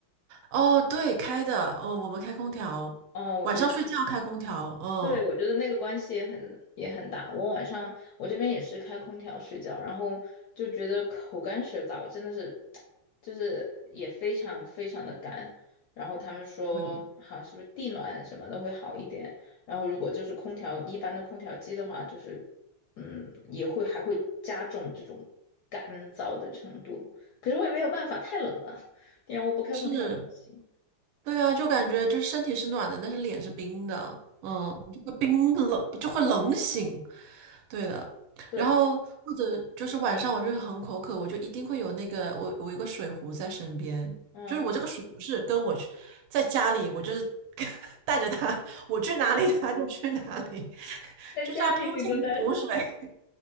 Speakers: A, on the right; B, on the left.
A: 哦，对，开的，嗯，我们开空调，
B: 哦，我觉得。
A: 晚上睡觉开空调，嗯，
B: 对，我觉得那个关系也很也很大。我晚上我这边也是开空调睡觉，然后就觉得口干舌燥，真的是，就是也非常非常的干。然后他们说，
A: 对，
B: 好像是不是地暖什么的会好一点。然后如果就是空调一般的空调机的话，就是嗯也会还会加重这种干燥的程度。可是我也没有办法，太冷了，因为我不开空调我也不行。
A: 是，对啊，就感觉就是身体是暖的，但是脸是冰的，嗯，就会冰冷，就会冷醒，对的。
B: 对，
A: 然后或者就是晚上我就会很口渴，我就一定会有那个我我有一个水壶在身边，
B: 嗯，
A: 就是我这个水壶是跟我去在家里，我就是 <laughs> 带着它，我去哪里它就去哪里，<laughs>
B: 在家里你都待。
A: 就是要不停的补水。